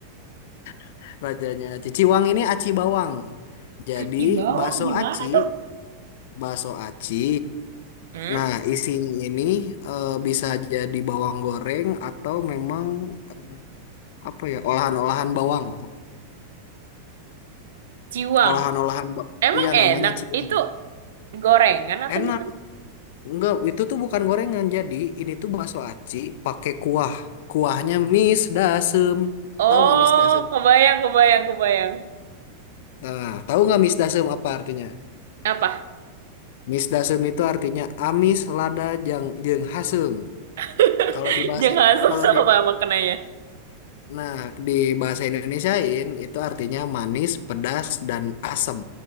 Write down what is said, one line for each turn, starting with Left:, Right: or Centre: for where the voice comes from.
Left: <laughs> Rajanya aci. Ciwang ini aci bawang. Jadi
Right: Kaki bawang
Left: bakso
Right: gimana
Left: aci
Right: tuh?
Left: Bakso aci.
Right: Hmm?
Left: Nah, isinya ini eh, bisa jadi bawang goreng atau memang eh, apa ya, olahan-olahan bawang.
Right: Ciwang.
Left: Olahan-olahan ba-
Right: Emang
Left: Iya,
Right: enak?
Left: namanya cilan.
Right: Itu gorengan atau
Left: Enak.
Right: gimana?
Left: Enggak, itu tuh bukan gorengan. Jadi, ini tuh bakso aci pakai kuah. Kuahnya mis dasem.
Right: Oh,
Left: Tahu nggak mis dasem?
Right: kebayang, kebayang, kebayang.
Left: Nah, tahu nggak mis dasem apa artinya?
Right: Apa?
Left: Mis dasem itu artinya amis lada jang jeung hasem.
Right: <laughs>
Left: Kalau di bahasa
Right: Jangan asam
Left: kalau
Right: sama
Left: di
Right: makanannya.
Left: Nah, di bahasa Indonesiain itu artinya manis, pedas, dan asem